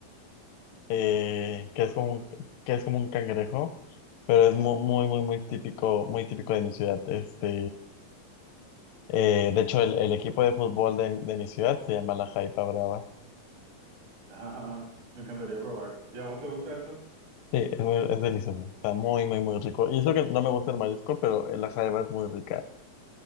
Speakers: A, on the left (about 75°); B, on the right (about 75°).
A: eh,
B: no
A: que es
B: lo escuchó.
A: como un, que es como un cangrejo, pero es mu- muy, muy, muy típico, muy típico de mi ciudad. Este, eh, de hecho, el, el equipo de fútbol de, de mi ciudad se llama la Jaipa Brava.
B: Ah, <laughs> me encantaría probar. ¿Y a vos te gusta eso?
A: Sí, es, muy- es delicioso. Está muy, muy, muy rico.
B: Ah,
A: Y eso que no me gusta el marisco, pero la jaiba es muy rica.